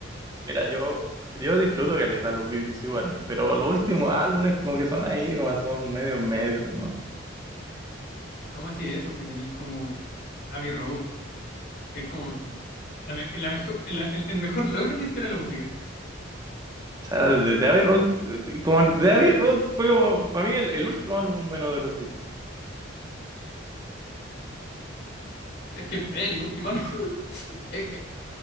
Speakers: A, on the right; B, on the left.
A: Mira, yo, yo disfruto caleta los Beatles igual, pero los últimos álbumes como que son ahí nomás, son medio medio, ¿no?
B: ¿Cómo así eso si tenéis como Abbey Road, que es como la me- la mejor, la- el, el mejor logro en la historia de la música?
A: O sea, de de Abbey Road, eh, como de Abbey Road fue como, para mí, el, el último álbum bueno de los Beatles.
B: Es que es el último álbum. <laughs> Es- es-